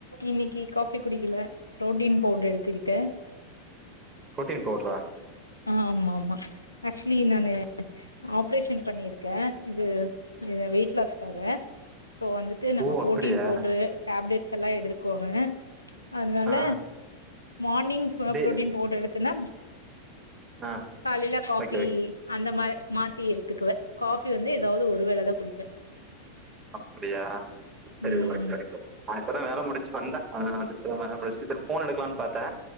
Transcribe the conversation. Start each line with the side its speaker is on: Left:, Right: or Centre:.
Left: இன்னைக்கு காஃபி குடிக்கல ப்ரோட்டீன் பவுடர் எடுத்துக்கிட்டே
Right: புரோட்டீன் பவுடரா
Left: ஆ ஆமாமா ஆக்சுலி நானு ஆப்ரேஷன் பண்ணிருக்கே இது இ வெயிட் லாஸ்க்காக இப்போ வந்துட்டு நா
Right: ஓ
Left: ப்ரோட்டீன்
Right: அப்படியா
Left: பவுடரு டேப்லட் ஸ்ஸல்லா எடுத்துக்கோணு அதனால
Right: ஆ
Left: மார்னிங்
Right: டே
Left: பு்ரோட்டீன் பவுடர் எடுத்தன்னா
Right: ஆ
Left: காலேல காஃபி
Right: ஓகே ஓகே
Left: அன் <unintelligible> மாத்தி எடுத்துக்குவே காஃபி வந்து ஏதாவது ஒரு வேள தா குடிப்பே
Right: அப்படியா சரி
Left: ம்
Right: ஓகே
Left: ம்
Right: ஓகே நா இப்பதா வேல முடிச்சு வந்தே ஆ <unintelligible> முடிச்ச <unintelligible> ஃபோன எடுக்கலாம்னு பாத்தே